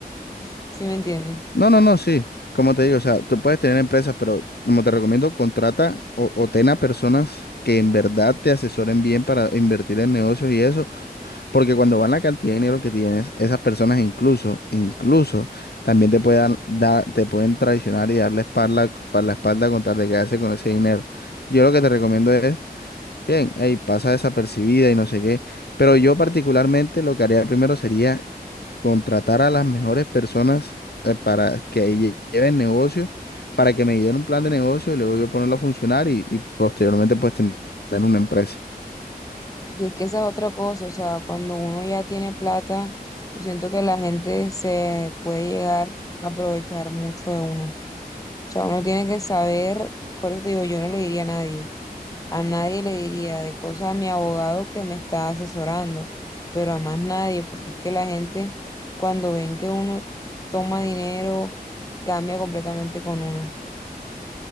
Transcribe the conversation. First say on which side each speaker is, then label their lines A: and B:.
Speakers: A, on the left; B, on the left.
A: <laughs> ¿sí me entiendes?
B: No, no, no, sí. Como te digo, o sea, tú puedes tener empresas, pero como te recomiendo, contrata o, o ten a personas que en verdad te asesoren bien para invertir en negocios y eso. Porque cuando van la cantidad de dinero que tienes, esas personas incluso, incluso también te puedan dar te pueden traicionar y darle espalda, pa- la espalda con tal de quedarse con ese dinero. Yo lo que te recomiendo es, bien, hey, pasa desapercibida y no sé qué. Pero yo particularmente lo que haría primero sería contratar a las mejores personas eh, para que lle- lleven negocios, para que me den un plan de negocio y luego yo ponerlo a funcionar y, y posteriormente pues ten- tener una empresa.
A: Y es que esa es otra cosa, o sea, cuando uno ya tiene plata, yo siento que la gente se puede llegar a aprovechar mucho de uno. O sea, uno tiene que saber, por eso te digo, yo no le diría a nadie A nadie le diría de cosas a mi abogado que me está asesorando, pero a más nadie, porque es que la gente cuando ven que uno toma dinero, cambia completamente con uno.